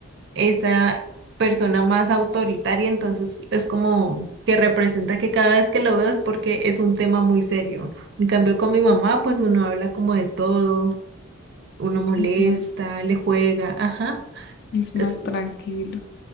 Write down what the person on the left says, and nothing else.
Es más,
es más
tranquilo.